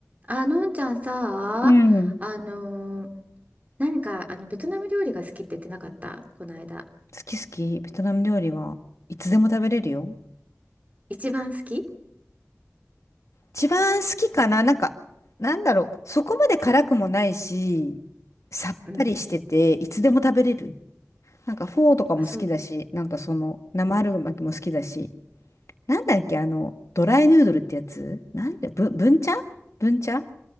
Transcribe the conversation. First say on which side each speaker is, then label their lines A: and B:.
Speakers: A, on the right (about 30°); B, on the left (about 70°).
A: あ、のんちゃんさ、
B: うん。
A: あのー何かあのベトナム料理が好きって言ってなかったこの間。
B: 好き好き。ベトナム料理はいつでも食べれるよ。
A: 一番好き
B: 一番好きかななんか、なんだろう。そこまで辛くもないし、さっぱりしてて、
A: うん。
B: いつでも食べれる。なんかフォーとかも好きだし、
A: あ、そう、
B: なんかその生春巻きも好きだし、
A: うん。
B: なんだっけ、あの、ドライヌードルってやつなんで、ぶ、ブンチャブンチャ